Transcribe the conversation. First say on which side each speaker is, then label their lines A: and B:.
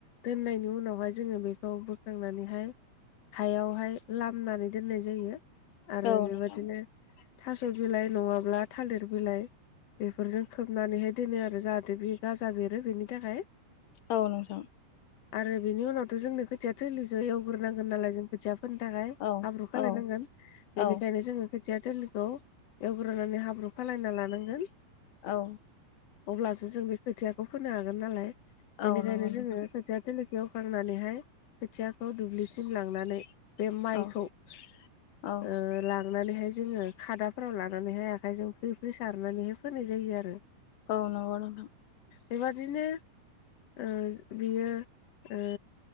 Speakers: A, on the left; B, on the left.
A: दोननायनि उनावहाय जोङो बेखौ बोखांनानैहाय हायावहाय लामनानै दोननाय जायो आरो
B: औ
A: बेबादिनो
B: नोंथां
A: थास' बिलाइ नङाब्ला थालिर बिलाइ बेफोरजों खोबनानैहाय दोनो आरो जाहाथे बे गाजा बेरो बेनि थाखाय।
B: औ नोंथां।
A: आरो बिनि उनावथ' जोंनो खोथिया थिलिखो एवग्रोनांगोन नालाय जों खोथिया फोनो थाखाय
B: औ
A: हाब्रु खालायनांगोन
B: औ
A: बेनिखायनो
B: औ
A: जोङो खोथिया थिलिखौ एवग्रोनानै हाब्रु खालायना लानांगोन।
B: औ।
A: अब्लासो जों बे खोथियाखौ फोनो हागोन नालाय बेनिखायनो
B: औ नंगौ
A: जोङो
B: नोंथां
A: खोथिया थिलि खौ एवखांनानैहाय खोथियाखौ दुब्लिसिम लांनानै बे माइखौ
B: औ
A: ओ
B: औ
A: लां नानैहाय जोङो खादाफोराव लानानैहाय आखाइजों फ्रि फ्रि सारनानैहाय फोनाय जायो आरो।
B: औ नंगौ नोंथां।
A: बेबादिनो ओ जो बियो ओ